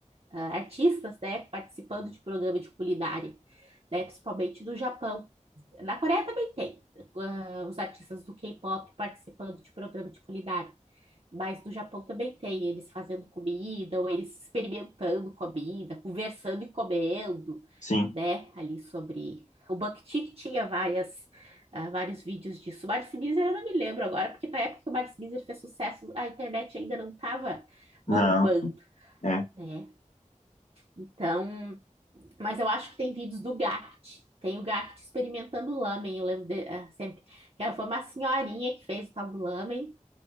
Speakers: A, on the right (about 50°); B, on the left (about 70°).
A: ah, artistas, né, participando de programa de culinária, né, principalmente do Japão. Na Coreia também tem, ah, os artistas do K-pop participando de programa de culinária. Mas no Japão também tem, eles fazendo comida, ou eles experimentando comida, conversando e comendo
B: Sim.
A: né, ali sobre... O BuckTik tinha várias, ah, vários vídeos disso. O Marcio Bizer eu não me lembro agora, porque na época que o Marcio Bizer fez sucesso, a internet ainda não estava
B: Não.
A: bombando,
B: É.
A: né? Então, mas eu acho que tem vídeos do Gact. Tem o Gact experimentando lamen, eu lembro de- ah, sempre. Que ela foi uma senhorinha que fez o tal do lamen,